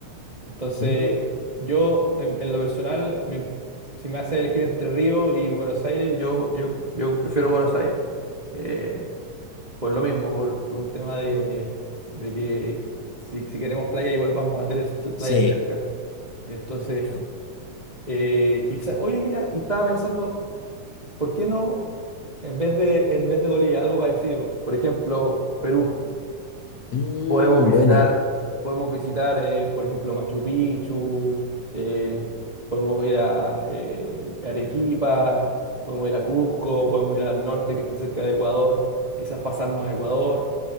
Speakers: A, on the right; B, on the left.
A: Entonces,
B: Mm.
A: yo en, en lo personal, me- si me hace elegir entre Río y Buenos Aires, yo, yo, yo prefiero Buenos Aires. Eh, por lo mismo, por, por un tema de, de que si, si queremos playa, igual vamos a tener playas
B: Sí.
A: cerca. Entonces,
B: Pero,
A: eh, y sa- oye, mira, y estaba pensando, ¿por qué no, en vez de, en vez de Bolivia, algo parecido? Por ejemplo, Perú.
B: mm,
A: Podemos visitar,
B: buena.
A: podemos visitar, eh, por ejemplo, Machu Picchu, eh, podemos ir a eh, Arequipa, podemos ir a Cusco, podemos ir al norte que está cerca de Ecuador, quizás pasarnos a Ecuador.